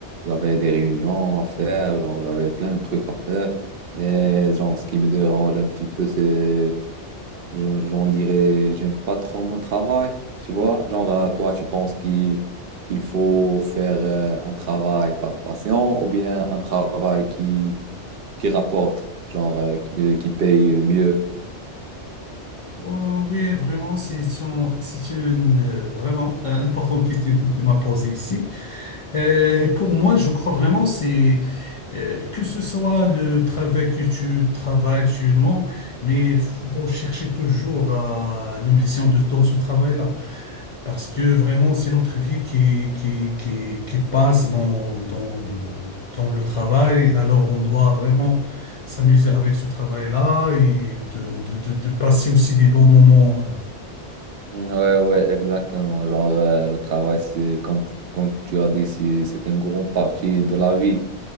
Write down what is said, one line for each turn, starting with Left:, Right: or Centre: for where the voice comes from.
Right: j'avais des réunions à faire. Genre, j'avais plein de trucs à faire. Mais genre, ce qui me dérange un petit peu, c'est Je- J'en dirais, j'aime pas trop mon travail, tu vois. Genre, euh, toi, tu penses qu'il qu'il faut faire euh, un travail par passion ou bien un travail qui, qui rapporte, genre, euh, qui, euh, qui paye mieux.
Left: Euh, oui, vraiment, c'est une, c'est une euh, vraiment euh, importante question que tu m'as posée ici. Euh, et pour moi, je crois vraiment c'est euh, que ce soit le travail que tu travailles actuellement, mais il faut chercher toujours à l'ambition de, dans ce travail-là. Parce que vraiment, c'est notre vie qui, qui, qui, qui passe dans, dans, dans le travail. Alors, on doit vraiment s'amuser avec ce travail-là et de, de, de, de passer aussi des bons moments.
Right: Mm, Ouais, ouais, exactement. Genre, euh, le travail, c'est comme, comme tu as dit, c'est c'est une grande partie de la vie.